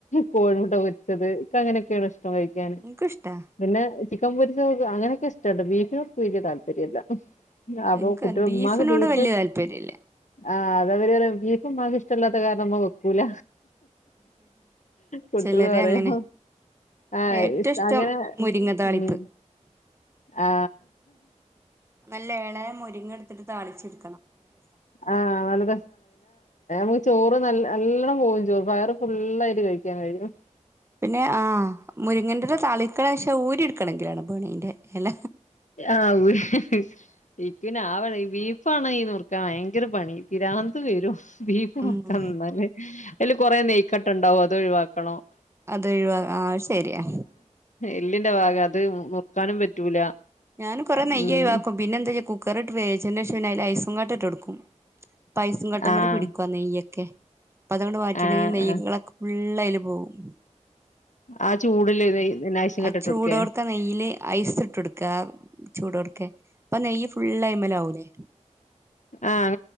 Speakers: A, on the left (about 75°); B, on the right (about 20°).
A: കോഴിമുട്ട പൊരിച്ചത് ക്ക് അങ്ങനെ ക്കേണ് പോയേക്കാണ്
B: ഇൻക്കുഷ്ടാ
A: പിന്നെ ചിക്കൻ പൊരിച്ചതൊക്കെ അങ്ങനെക്കെ ഇഷ്ട്ടണ്ട് ബീഫിനോടക്കെ വല്യ താല്പര്യവില്ല ഉം അപ്പൊ
B: ഇൻക്ക്
A: കുട്യോ
B: ബീഫിനോട്
A: ഉമ്മാക്ക് ബീഫ്
B: വല്യ താല്പര്യല്ല
A: ആ അത അവര് വരു ബീഫുമ്മാക്ക് ഇഷ്ടവില്ലാത്ത കാരണം ഉമ്മ വെക്കൂല കുട്ടികള്
B: ചിലരങ്ങനെ
A: പറയും ആ
B: ഏറ്റവും
A: ഇഷ്
B: ഇഷ്ടം
A: അങ്ങനെ
B: മുരിങ്ങ താളിപ്പ്
A: ഉം ആ
B: നല്ല ഏളയ മുരിങ്ങ എടുത്തിട്ട് താളിച്ചെടു
A: ആ <unintelligible> മു ചോറ് നല്ല നല്ലപോകേം ചെയ്യും വയറ് ഫുള്ളായിട്ട് കഴിക്കാൻ കഴിയും
B: പിന്നെ ആ മുരിങ്ങന്റെല താളികള പക്ഷെ ഊരി എടുക്കണെങ്കിലാണ് പണി ന്റെ എല
A: ആ ഇക്കു പിന്നെ ആ പണി ബീഫാണ് നുറുക്കാൻ ഭയങ്കര പണി പിരാന്ത്‌ വരും ബീഫ്
B: ഉം
A: നുറുക്കുകന്നുള്ളതല്ലേ അതില് കുറേ നെയ്ക്കട്ടണ്ടാവും അതൊഴിവാക്കണം
B: അതൊഴിവ ആ ശരിയാ
A: എല്ലിന്റെ ഭാഗം അത് മുർക്കാനും പറ്റൂല
B: ഞാന് കൊറെ നെയ്യായി
A: ഉം
B: വക്കും പിന്നെ എന്താ കുക്കറിട്ട് വേവിച്ചേനെഷം അതിൽ ഐസങ്ങാട്ടീട്ടോടുക്കും പൈസും കട്ടമേല
A: ആഹ്
B: പിടിക്കു നെയ്യൊക്കെ പ്പ അതൊണ്ട് മാറ്റിട്ണ്ടെങ്ക
A: ആഹ്
B: നെയ്യങ്ങളക്കെ
A: ആഹ്
B: ള്ളല് പോവും
A: ആ ചൂടില് നൈസും കെട്ടിട്ട്
B: ആ ചൂടോർക്ക
A: കൊടുക്കേ
B: നെയില് ഐസ് ഇട്ട എടുക്കുക ചൂടോർക്കെ അപ്പ നെയ്യ് ഫുൾ ഐമലാവൂലേ
A: ആ